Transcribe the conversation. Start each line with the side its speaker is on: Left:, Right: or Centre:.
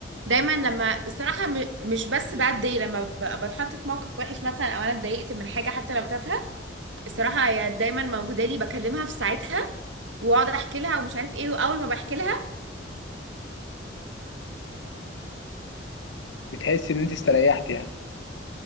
Right: دايما لما الصراحة م- مش بس بتضايق لما ب- بتحط في موقف وحش مثلا او انا اتضايقت من حاجة حتى لو تافهة الصراحة
Left: مم.
Right: هي دايما موجودة لي بكلمها في ساعتها واقعد احكي لها ومش عارف ايه واول ما بحكي لها
Left: بتحسي ان انت استريحتي يعني